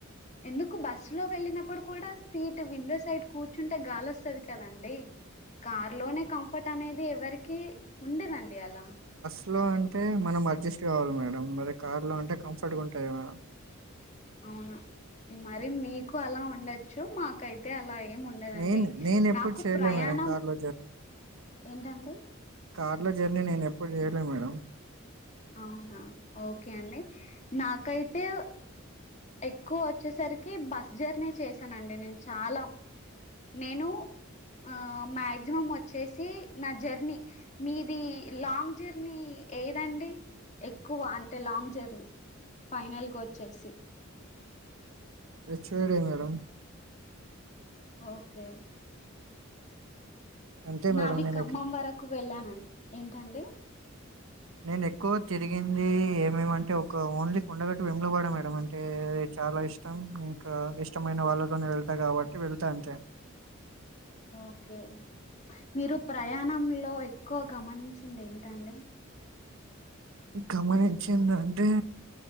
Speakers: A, on the left; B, on the right.
A: ఎందుకు బస్సులో వెళ్ళినప్పుడు కూడా సీటు విండో సైడ్ కూర్చుంటే గాలి వస్తది కదండి. కారు లోనే కంఫర్ట్ అనేది ఎవరికి ఉండదండి అలా.
B: స్సులో అంటే మనం అడ్జస్ట్ కావాలి మేడం, మరి కార్లో అంటే కంఫర్ట్గా ఉంటది మేడం.
A: అవునా మరి మీకు అలా ఉండచ్చు మాకైతే అలా ఏం ఉండదండి.
B: నేను నేను ఎప్పుడు
A: నాకు
B: చేయలే
A: ప్రయాణం
B: మేడం కార్ లో
A: ఏంటండి
B: కార్లో జర్నీ నేను ఎప్పుడు చేయలే మేడం.
A: అవునా ఓకే అండి నాకైతే ఎక్కువ వచ్చేసరికి బస్ జర్నీ చేశానండి నేను చాలా. నేను ఆ మ్యాక్సిమం వ చ్చేసి నా జర్నీ మీది లాంగ్ జర్నీ ఏదండి. ఎక్కువ అంటే లాంగ్ జర్నీ ఫైనల్గా వచ్చేసి.
B: హెచ్చోడి మేడం.
A: ఓకే
B: అంతే
A: నాది
B: మేడం నేను
A: ఖమ్మం వరకు వెళ్ళానని ఏంటండి.
B: నేను ఎక్కువ తిరిగింది ఏమేమంటే ఒక ఓన్లీ కొండగట్టు, వేములవాడ మేడం అంటే చాలా ఇష్టం ఇంకా ఇష్టమైన వాళ్ళతోనే వెళ్తా కాబట్టి వెళ్తా అంతే.
A: ఓకే మీరు ప్రయాణంలో ఒక్కువ గమనించింది ఏంటండి?
B: గమనించింది అంటే